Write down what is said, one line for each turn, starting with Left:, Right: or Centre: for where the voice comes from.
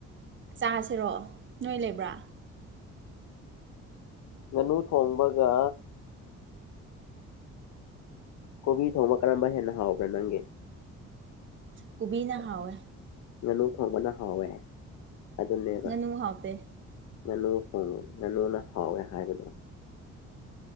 Right: ꯆꯥꯁꯤꯔꯣ ꯅꯣꯏ ꯂꯩꯕ꯭ꯔꯥ
Left: ꯉꯥꯅꯨ ꯊꯣꯡꯕꯒ ꯀꯣꯕꯤ ꯊꯣꯡꯕ ꯀꯔꯝꯕ ꯍꯦꯟꯅ ꯍꯥꯎꯕ꯭ꯔꯥ ꯅꯪꯒꯤ
Right: ꯀꯨꯕꯤꯅ ꯈꯋꯦ꯫
Left: ꯉꯥꯅꯨ ꯊꯣꯡꯕꯅ ꯍꯥꯎꯋꯦ ꯑꯗꯨꯅꯦꯕ
Right: ꯉꯥꯅꯨ ꯍꯥꯎꯇꯦ
Left: ꯉꯥꯅꯨ ꯍꯣꯡꯉꯨꯏ ꯉꯥꯅꯨꯅ ꯍꯥꯎꯋꯦ ꯍꯥꯏꯕꯗꯣ